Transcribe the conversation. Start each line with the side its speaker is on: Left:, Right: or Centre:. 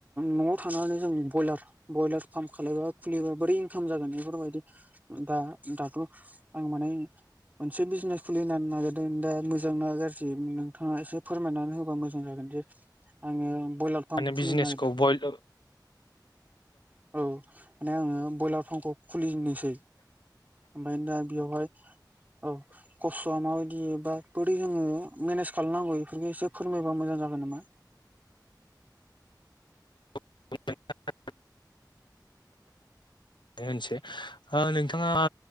Right: न'आव थानानै जों बयलार बयलार फार्म खालायबा खुलिब्लाा बोरै इनकाम जागोन, बेफोरबायदि दा दाथ' आं माने मोनसे बिजनेस खुलिनो नाजादोंदों दा मो जोंना गाज्रि नोंथाङा एसे फोरमायनानै होबा मोजां जागोन जे आङो। ब्रयलार फार्म
Left: माने
Right: खुलिनो
Left: बिजनेसखौ
Right: नागिरदों
Left: बयल
Right: औ माने आङो ब्रयलार फार्मखौ खुलिजेननोसै ओमफ्राय दा बेवहाय औ खस्थ'आ माबायदिबा बोरै जोङो मेनेज खालामनांगौ बेफोरखौ एसे फोरमायबा मोजां जागोन नामा?
Left: उ <unintelligible> बे होनसै आ नोंथाङा आ